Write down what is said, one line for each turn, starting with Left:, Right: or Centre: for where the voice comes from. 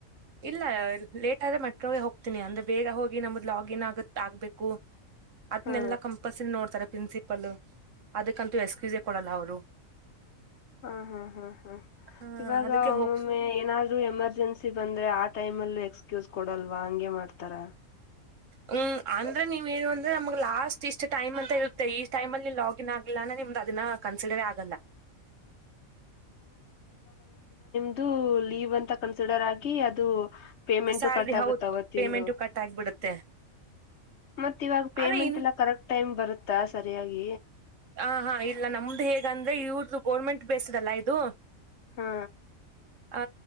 Right: ಇಲ್ಲ ಲೇಟ್ ಆದ್ರೆ ಮಟೆ ಹೋಗ್ತೀನಿ ಅಂದ್ರೆ ಬೇಗ ಹೋಗಿ ನಮ್ದ್ ಲಾಗಿನ್ ಆಗತ್ ಆಗ್ಬೇಕು ಅದ್ನ್ನಲ್ಲಾ
Left: ಹಾ
Right: ಕಂಪಲ್ಸರಿ ನೋಡ್ತಾರೆ ಪ್ರಿನ್ಸಿಪಲ್ ಅದಕ್ಕಂತೂ ಎಕ್ಸ್ಕಸೆ ಕೊಡಲ್ಲ ಅವರು
Left: ಹಾ ಹಾ ಹಾ ಹಾ
Right: ಹ
Left: ಇವಾಗ
Right: ಅದಕ್ಕೆ
Left: ಒಮ್ಮೊಮ್ಮೆ
Right: ಹೋಗ್
Left: ಏನಾದ್ರು ಎಮರ್ಜೆನ್ಸಿ ಬಂದ್ರೆ ಆ ಟೈಮಲ್ಲೂ ಎಕ್ಸ್ಕಸ್ ಕೊಡಲ್ವಾ ಹಂಗೆ ಮಾಡ್ತಾರ
Right: ಹ್ಮ್ ಅಂದ್ರೆ ನೀವ ಏನು ಅಂದ್ರೆ ನಮಗ್ ಲಾಸ್ಟ್ ಇಷ್ಟ್ ಟೈಮ್ ಅಂತ ಇರುತ್ತೆ ಈ ಟೈಮ ಅಲ್ಲಿ ಲಾಗಿನ್ ಆಗಲ್ಲ ನಿಮ್ದು ಅದನ್ನ ಕನ್ಸಿಡರ ಆಗಲ್ಲ
Left: ಅದು ಲೀವ್ ಅಂತ ಕನ್ಸಿಡರ್ ಆಗಿ ಅದು ಪೇಮೆಂಟು
Right: ಸ್ಯಾಲ್ರಿ
Left: ಕಟ್ ಆಗುತ್ತ
Right: ಹೌದು
Left: ಅವತ್ತಂದು
Right: ಪೇಮೆಂಟ್ ಕಟ್ ಆಗ್ಬಿಡುತ್ತೆ
Left: ಮತ್ತ ಇವಾಗ ಪೇಮೆಂಟ್
Right: ಆದ್ರೆ ಇನ್
Left: ಎಲ್ಲ ಕರೆಕ್ಟ್ ಟೈಮ್ ಬರುತ್ತಾ ಸರಿಯಾಗಿ
Right: ಹ ಹಾ ಇಲ್ಲ ನಮ್ದು ಹೇಗ ಅಂದ್ರೆ ಇವ್ರ್ದ ಗೋರ್ಮೆಂಟ್ ಬೇಸ್ದಲ್ಲ ಇದು
Left: ಹಾ
Right: ಆ